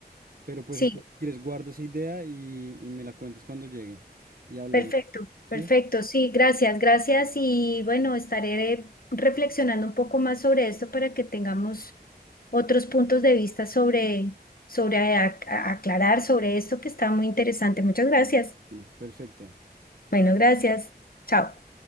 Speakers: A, on the right; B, on the left.
A: pero pues
B: Sí,
A: entonces, si quieres, guarda esa idea y, y me la cuentas cuando llegue. Y hablamos,
B: perfecto,
A: ¿sí?
B: perfecto. Sí, gracias, gracias. Y bueno, estaré reflexionando un poco más sobre esto para que tengamos otros puntos de vista sobre, sobre ac- aclarar sobre esto que está muy interesante. Muchas gracias.
A: Bueno, perfecto.
B: Bueno, gracias. Chao.